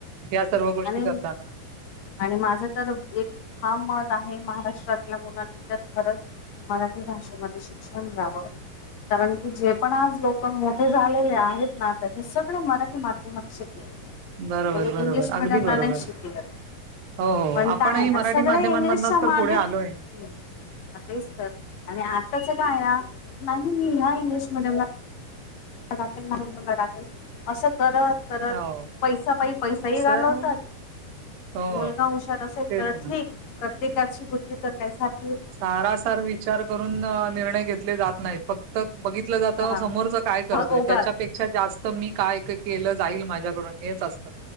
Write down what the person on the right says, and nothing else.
या सर्व गोष्टी
करताना?
बरोबर
बरोबर
आगदी
बरोबर
हो हो
आपणही
मराठी
माध्यमां
मधनच
तर पुढे आलोय.
हो
तर
हो
तेच
ना
सारासार विचार करून निर्णय घेत ले जात नाही फक्त बघितलं जात
समोरच काय करतोय
त्याच्यापेक्षा जास्त मी काय केलं जाईल माझ्याकडून हेच असतं